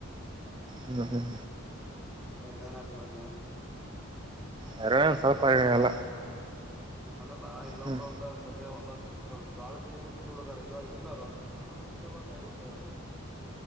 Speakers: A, on the right; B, in the centre.
A: ಹ್ಮ್ ಹ್ಮ್
B: ಇರಾಣತಿ ಕೊಡ್ತ <unintelligible>
A: ಹ್ಮ್ ಸ್ವಲ್ಪ
B: ಮೊದ್ಲ
A: ಎಲ್ಲ
B: ಮೊದ್ಲ ಇನ್ನೊಬ್ರ
A: ಹ್ಮ್
B: ಅಲ್ದಾಗ ಬರ ಒಂದೊಂದು ಬಾಳ ಚೀಲಕ್ಕೆ ದದುಡದಾರ ಇವಾಗೆಲ್ಲ ಅಸ್ತ ಅನ್ನಾದ್ರರು ಉಂಚೆ ಬಾತಗಿ ಉಟ ಇಾಗ <unintelligible>